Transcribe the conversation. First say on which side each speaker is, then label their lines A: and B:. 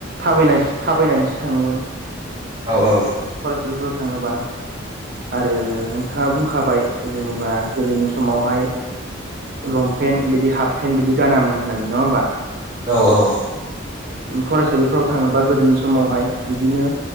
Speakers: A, on the right; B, on the right.
A: थाबायनासो थाबायनानैसो थाङोमोन।
B: औ औ
A: सालिफोराव थाङोबा आरो नोंथाङा बुंखाबाय जेनेबा गोदोनि समावहाय लंपेन्ट बिदि हाफ पेन्ट बिदि गानामोन होननानै नङा होमबा
B: औ औ
A: फरायसालिफोराव थाङोबा गोदोनि समावहाय बिदिनो